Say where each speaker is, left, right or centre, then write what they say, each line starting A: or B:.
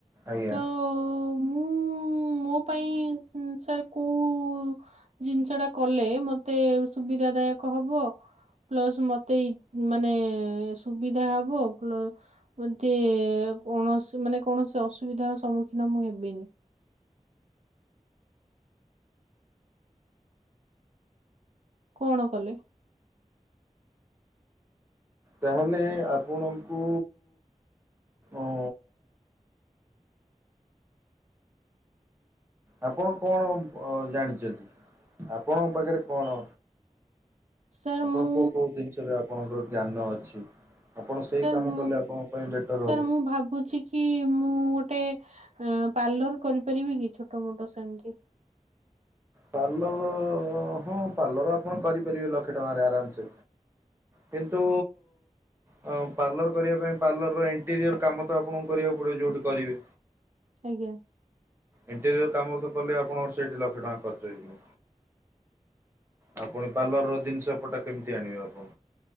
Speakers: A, on the right; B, on the right.
A: ଆଜ୍ଞା।
B: ତ ମୁଁ ମୋ ପାଇଁ ସାର୍ କୋଉ ଜିନିଷଟା କଲେ ମତେ ସୁବିଧା ଦାୟକ ହବ। ପ୍ଲସ ମତେଇ ମାନେ ସୁବିଧା ହବ ପ୍ଲ ମତେ କୌଣସି ମାନେ କୌଣସି ଅସୁବିଧାର ସମ୍ମୁଖୀନ ମୁଁ ହେବିନି। କଣ କଲେ?
A: ତାହେଲେ ଆପଣଙ୍କୁ ଉଁ ଉଁ ଆପଣ କଣ ଜାଣିଛନ୍ତି ଆପଣଙ୍କ ପାଖରେ କଣ
B: ସାର୍
A: ଆପଣ
B: ମୁଁ
A: କୋଉ କୋଉ ଜିନିଷରେ ଆପଣଙ୍କର ଜ୍ଞାନ ଅଛି। ଆପଣ ସେଇ
B: ସାର୍
A: କାମ
B: ମୁଁ
A: କଲେ ଆପଣଙ୍କ ପାଇଁ ବେଟର ହବ
B: ସାର୍ ମୁଁ ଭାବୁଛି କି ମୁଁ ଗୋଟେ ଆ ପାର୍ଲର କରିପାରିବି କି ଛୋଟ ମୋଟ ସେମିତି।
A: ପାର୍ଲର ହଁ ପାର୍ଲର ଆପଣ କରିପାରିବେ ଲକ୍ଷେ ଟଙ୍କାରେ ଆରାମ୍ସେ। କିନ୍ତୁ ହଁ ପାର୍ଲର କରିବା ପାଇଁ ପାର୍ଲରର ଇଣ୍ଟେରିୟର କାମ ତ ଆପଣଙ୍କୁ କରିବାକୁ ପଡିବ ଯଉଠି କରିବେ।
B: ଆଜ୍ଞା
A: ଇଣ୍ଟେରିୟର କାମ ତ କଲେ ଆପଣଙ୍କର ସେଇଠି ଲକ୍ଷେ ଟଙ୍କା ଖର୍ ଚ ହେଇଯିବ। ଆଉ ପୁଣି ପାର୍ଲର ର ଜିନିଷପଟା କେମିତି ଆଣିବେ ଆପଣ?